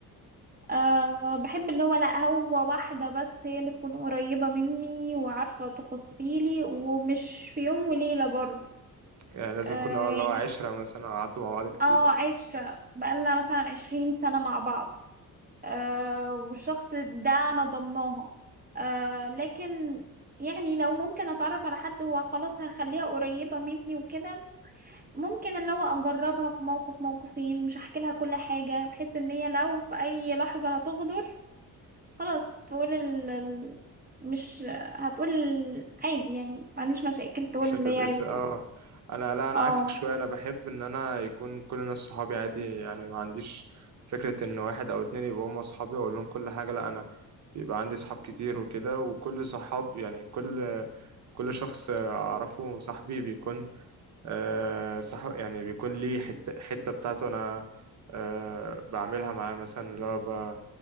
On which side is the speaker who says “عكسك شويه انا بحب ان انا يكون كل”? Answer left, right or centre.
Right